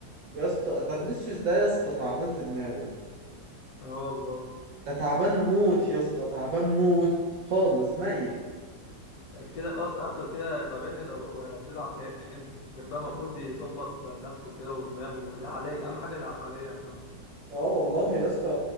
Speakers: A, on the right (about 75°); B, on the left (about 70°).
A: يا اسطى ده فينيسيوس ده يا اسطى تعبان في دماغه
B: اه والله
A: ده تعبان موت يا اسطى تعبان موت خالص ميت
B: كده خلاص قفل كده يبقى بين لو وطلع تاني غير بقى المفروض يظبط نفسه كده ودماغه لا عليه اهم حاجه لا عليه يا محمد
A: اه والله يا اسطى